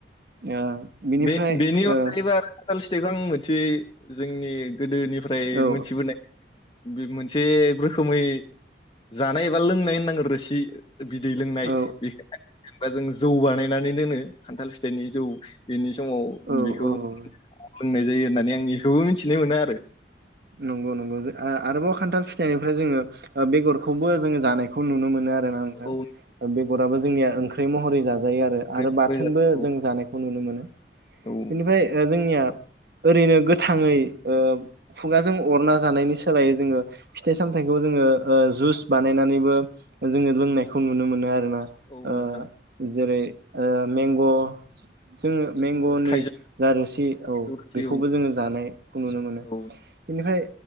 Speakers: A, on the right (about 60°); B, on the left (about 30°).
A: ओ। बिनिफ्राय
B: बे बेनि अनगायैबो
A: ओ
B: खान्थाल फिथायखौ आं मोनसे जोंनि गोदोनिफ्राय
A: औ
B: मोनथिबोनाय बे मोनसे रोखोमै जानाय एबा लोंनाय होननांगोन रोसि बिदै लोंनाय
A: औ
B: बेखौबा जों जौ बानायनानै दोनो, खान्थाल फिथाइनि जौ। बेनि समाव
A: औ
B: बेखौ
A: औ औ
B: लोंनाय जायो होननानै आं इखौबो मिथिनो मोनो आरो।
A: नंगौ नंगौ आरोबाव खान्थाल फिथाइनिफ्राय जोङो बेगरखौबो जोङो जानायखौ नुनो मोनो आरो ना नोंथां।
B: औ
A: ओ बेगाराबो जोंनि महर जा जायो
B: नंगौ
A: आरो आरो बाथोनबो
B: नोंथां ओमफ्राय म रोजा औ
A: जों जानायखौ नुनो मोनो।
B: औ
A: बेनिफाय ओ जोंनिया ओरैनो गोथाङै ओ खुगाजों अरना जानायनि सोलायै जोङो फिथाइ सामथाइखौ जोङो ओ जुस बानायनानैबो जोङो लोंनायखौ नुनो मोनो आरोना
B: औ
A: ओ
B: नोंथां
A: जेरै ओ मेंग' जोंङो में गनि
B: औ थाइजौ
A: जा रोसि औ
B: गोखै
A: बेखौबो
B: औ
A: जोङो जानायखौ नुनो मोनो
B: औ
A: बेनिफाय